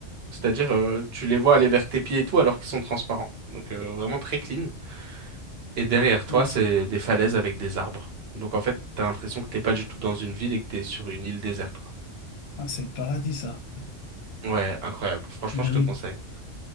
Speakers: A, on the right; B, on the left.
A: C'est-à-dire, euh, tu les vois aller vers tes pieds et tout alors qu'ils sont transparents. Donc euh, vraiment très clean. Et derrière toi,
B: Ouais,
A: c'est
B: c'est
A: des falaises avec des arbres. Donc en fait, t'as l'impression que t'es pas du tout dans une ville et que t'es sur une île déserte, quoi.
B: ah, c'est le paradis, ça.
A: Ouais, incroyable. Franchement,
B: Ben
A: je te
B: oui.
A: conseille.